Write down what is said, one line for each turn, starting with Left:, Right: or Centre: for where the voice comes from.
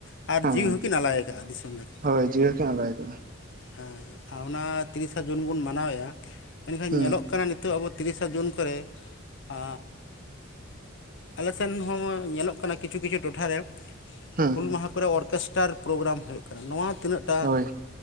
Left: ᱟᱨ
Right: ᱦᱮᱸ
Left: ᱡᱤᱣᱤ ᱦᱚᱸᱠᱤᱱ ᱟᱞᱟᱭ ᱟᱠᱟᱫᱼᱟ ᱫᱤᱥᱚᱢ ᱞᱟᱹᱜᱤᱫ
Right: ᱦᱳᱭ ᱡᱤᱣᱤ ᱦᱚᱸᱠᱤᱱ ᱟᱞᱟᱭ ᱟᱠᱟᱫᱟ
Left: ᱦᱮᱸ ᱦᱮᱸ ᱚᱱᱟ ᱛᱤᱨᱤᱥᱟ ᱡᱩᱱ ᱵᱚᱱ ᱢᱟᱱᱟᱣᱮᱜᱼᱟ ᱢᱮᱱᱠᱷᱟᱱ
Right: ᱦᱩᱸ
Left: ᱧᱮᱞᱚᱜ ᱠᱟᱱᱟ ᱱᱤᱛᱚᱜ ᱟᱵᱚ ᱛᱤᱨᱤᱥᱟ ᱡᱩᱱ ᱠᱚᱨᱮ ᱟᱹᱻ ᱟᱞᱮ ᱥᱮᱱ ᱦᱚᱸ ᱧᱮᱞᱚᱜ ᱠᱟᱱᱟ ᱠᱤᱪᱷᱩ ᱠᱤᱪᱷᱩ ᱴᱚᱴᱷᱟ ᱨᱮ
Right: ᱦᱮᱸ
Left: ᱦᱩᱞ ᱢᱟᱦᱟᱸ ᱠᱚᱨᱮ ᱚᱨᱠᱮᱥᱴᱟᱨ ᱯᱨᱳᱜᱨᱟᱢ ᱦᱩᱭᱩᱜ ᱠᱟᱱᱟ ᱱᱚᱣᱟ ᱛᱤᱱᱟᱹᱜ ᱴᱟᱜ
Right: ᱦᱳᱭ